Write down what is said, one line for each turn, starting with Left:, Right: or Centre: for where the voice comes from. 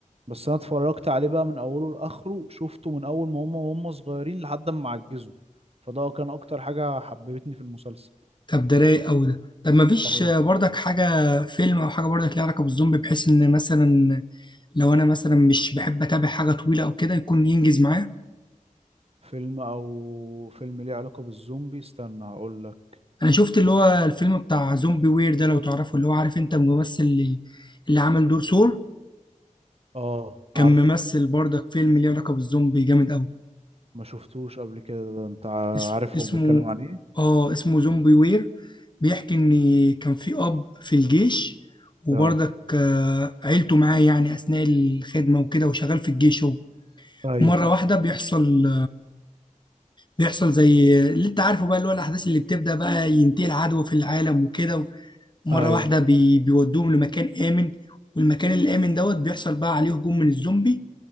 Right: بس انا اتفرجت عليه بقى من اوله لاخره شفته من اول ما هم وهم صغيرين لحد ما عجزوا فده كان اكتر حاجة حببتني في المسلسل
Left: طب ده رايق قوي ده طب ما فيش
Right: اه
Left: برضك حاجه فيلم او حاجه برضك ليها علاقه بالزومبي بحيث ان مثلا لو انا مثلا مش بحب اتابع حاجه طويله او كده يكون ينجز معايا
Right: فيلم او فيلم ليه علاقة بالزومبي استنى هقول لك
Left: انا شفت اللي هو الفيلم بتاع زومبي وير ده لو تعرفه اللي هو عارف انت الممثل اللي اللي عمل دور سور
Right: اه
Left: كان
Right: عارفه
Left: ممثل برضك فيلم ليه علاقه بالزومبي جامد قوي
Right: ما شفتوش قبل كده ده انت
Left: اس-
Right: عارف
Left: اسمه
Right: هو بيتكلم عن ايه
Left: اه اسمه زومبي وير بيحكي ان كان في اب في الجيش وبرضك
Right: اه
Left: آه، عيلته معاه يعني اثناء الخدمه وكده وشغال في الجيش هو
Right: ايوه
Left: ومره واحده بيحصل بيحصل زي اللي انت عارفه بقى اللي هو الاحداث اللي بتبدا بقى ينتهي العدوى في العالم وكده ومره
Right: ايوه
Left: واحده بي... بيودوهم لمكان امن والمكان الامن دوت بيحصل بقى عليه هجوم من الزومبي